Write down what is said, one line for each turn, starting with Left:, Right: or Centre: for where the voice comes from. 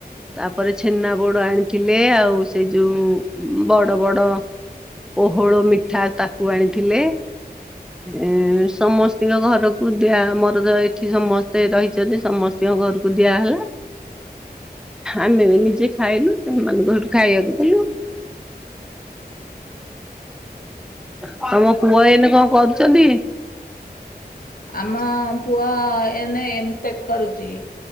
Centre: ତାପରେ, ଛେନାପୋଡ ଆଣିଥିଲେ, ଆଉ ସେ ଯୋଉ ଉଁ, ବଡ ବଡ ପୋହୋଳ ମିଠା ତାକୁ ଆଣିଥିଲେ। ଏଁ ସମସ୍ତଙ୍କ ଘରକୁ ଦିଆ ଆମର ତ ଏଠି ସମସ୍ତେ ରହିଛନ୍ତି ସମସ୍ତେ ସମନ୍ତିଙ୍କଘରକୁ ଦିଆହେଲା। ଆମେ ବି ନିଜେ ଖାଇଲୁ ସେମାନଙ୍କୁ ହେଠୁ ଖାଇବାକୁ ଦେଲୁ। <inaudible> ତମ ପୁଅ ଏଇନେ କଅ କରୁଚନ୍ତି?
Left: ଆମ ପୁ ପୁଅ, ଏନେ ଏମ୍ଟେକ୍ କରୁଛି,